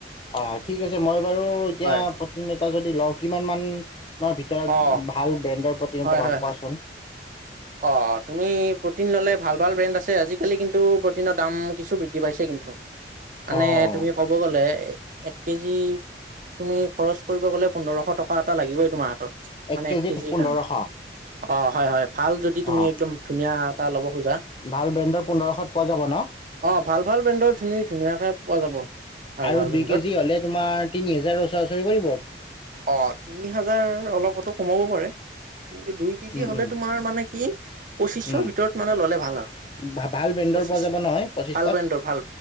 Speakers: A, on the left (about 30°); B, on the right (about 45°).
A: হয় হয় ঠিক আছে মই বাৰু এতিয়া
B: হয়
A: প্ৰটিন এটাকে যদি লও কিমান মানৰ ভিতৰত
B: অ',
A: ভাল ব্ৰেণ্ডৰ প্ৰ'টিন
B: হয়,
A: এটা পাম
B: হয়,
A: কোৱাচোন
B: হয়। অ তুমি প্ৰ'টিন ল'লে ভাল ভাল ব্ৰেণ্ড আছে আজিকালি কিন্তু প্ৰটিনৰ দাম কিছু বৃদ্ধি পাইছে কিন্তু মানে
A: অঁ
B: তুমি ক'ব গ'লে এক কেজি তুমি খৰচ কৰিব গ'লে পোন্ধৰশ টকা এটা লাগিবই তোমাৰ হাতত মানে
A: কেজিত
B: এক কেজি
A: পোন্ধৰশ
B: কাৰণে অ হয় হয় ভাল যদি
A: অঁ
B: তুমি একদম ধুনীয়া এটা ল'ব খোজা
A: ভাল ব্ৰেণ্ডৰ পোন্ধৰশত পোৱা যাব ন
B: অ ভাল ভাল ব্ৰেণ্ডৰ ধুন ধুনীয়াকে পোৱা যাব ভাল
A: আৰু
B: ভাল ব্ৰেণ্ডৰ
A: দুই কেজি হলে তোমাৰ তিনি হাজাৰ ওচৰা ওচৰি পৰিব
B: অ তিনি হাজাৰ অলপ হয়তো কমাব পাৰে দুই কেজি
A: উম
B: হলে
A: উম
B: তোমাৰ মানে কি পঁচিশৰ
A: উম
B: ভিতৰত মানে ললে ভাল আৰু
A: ভা- ভাল ব্ৰেণ্ডৰ
B: পঁচিশ
A: পোৱা যাব নহয় পঁচিছশত
B: ভাল ব্ৰেণ্ডৰ ভাল